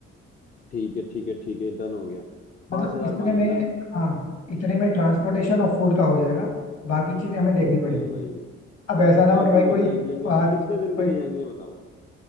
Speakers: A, on the left; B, on the left.
A: ठीक है ठीक है ठीक है डन हो गया पांच
B: मतलब
A: हजार
B: इतने
A: मान
B: में
A: लेना
B: हाँ इतने में ट्रांसपोर्टेशन और फूड का हो जाएगा बाकी चीजें हमें देखनी पड़ेंगी
A: वही वही
B: अब ऐसा ना
A: बाकी
B: हो कि भाई
A: वो
B: कोई
A: देख लेंगे
B: पाँच
A: हाँ कितने दिन
B: कोई
A: के लिए जाएंगे ये बताओ